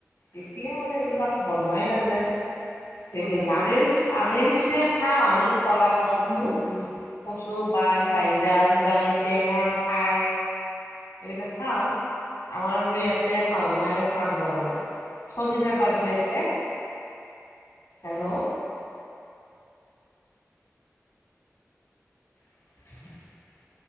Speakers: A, on the left; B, on the right.
A: এতিয়া আৰু এইবিলাক বনোৱাই নাযায়। <unintelligible>
B: বনোৱাই
A: আমি পিছ আমি পিছে খাওঁ আমি কলা কচুটো,
B: উম উম
A: কচু আৰু বাৰ বাহিৰা আঞ্জা আমি টেঙা খাৰ এইবিলাক খাওঁ। আমাৰ আৰু ইয়াতে শাহু মাই আৰু এখন আঞ্জা বনাই। সজিনাৰ পাত যে আছে। হেল্ল। <inaudible>